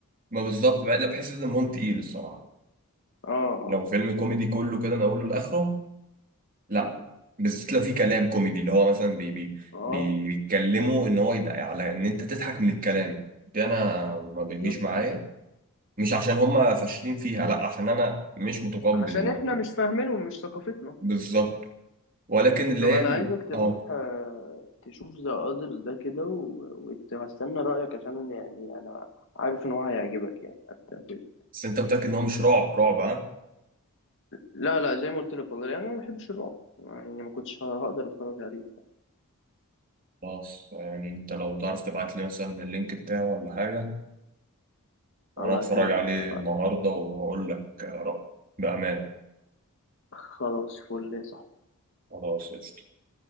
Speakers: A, on the right; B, on the left.
A: ما بالظبط بقى- لا بحس ان دمهم تقيل الصراحه
B: اه اه
A: لو فيلم كوميدي كله كده من اوله لاخره لا
B: يعني.
A: بالذات لو في كلام كوميدي اللي هو مثلا بي بي
B: اه
A: بي- بيتكلموا ان هو يدعي على ان انت تضحك من الكلام دي انا ما بتجيش
B: بالظبط
A: معايا
B: اه
A: مش عشان هم فاشلين فيها لا عشان انا مش متقبل
B: عشان
A: ال-
B: احنا مش فاهمينهم مش ثقافتنا
A: بالظبط ولكن اللي
B: طب
A: هي
B: انا
A: ال-
B: عايزك تروح
A: اه
B: آه، تشوف ذا اذرز ده كده و- وهستنى رايك عشان أنا يعني انا عارف ان هو هيعجبك يعني هت- هت-
A: بس انت متأكد ان هو مش رعب رعب ها
B: لا لا زي ما قلت لك والله يعني انا ما بحبش الرعب يعني ما كنتش هقدر اتفرج عليه
A: خلاص يعني انت لو تعرف تبعت لي مثلا اللينك بتاعه ولا حاجة وانا
B: هبعتهولك
A: اتفرج عليه
B: اتفقنا
A: النهاردة واقول لك رأيي بأمان
B: خلاص فل يا صاحبي
A: خلاص قشطة.